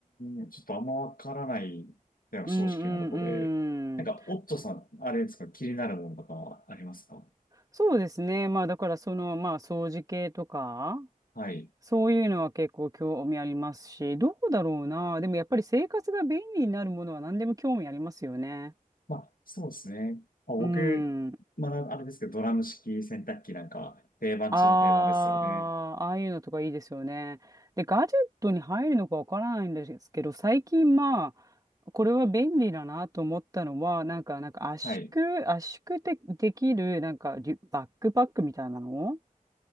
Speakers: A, on the left (about 75°); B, on the right (about 25°).
A: ーん、ちょっとあんまわからないっていうのが正直なとこで。
B: うんう
A: なんか、
B: んうん。
A: オッチョさん、あれですか、気になるものとかはありますか
B: そうですね。まあだからその、まあ掃除系とか、
A: はい。
B: そういうのは結構興味ありますし、どうだろうな。でもやっぱり生活が便利になるものは何でも興味ありますよね。
A: まあ、そうですね。まあ、僕、
B: うん。
A: まあ、あれですけど、ドラム式洗濯機なんかは定番中の定番ですよね。
B: ああ、ああいうのとかいいですよね。で、ガジェットに入るのかわからないんですけど、最近まあ、これは便利だなと思ったのは、なんか、なんか圧縮、
A: はい。
B: 圧縮で、できる、なんかリュ、バックパックみたいなの